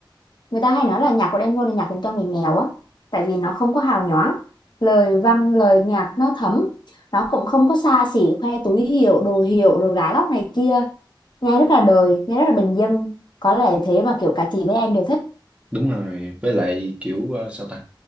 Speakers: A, on the left (about 60°); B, on the right (about 15°).
A: Người ta hay nói là nhạc của Đen Vâu là nhạc dành cho người nghèo á Tại vì nó không có hào nhoáng Lời văn, lời nhạc nó thấm Nó cũng không có xa xỉ khoe túi hiệu, đồ hiệu rồi gái góc này kia Nghe rất là đời, nghe rất là bình dân Có lẽ thế mà kiểu cả chị với em đều thích
B: đúng rồi với lại kiểu ờ, sao ta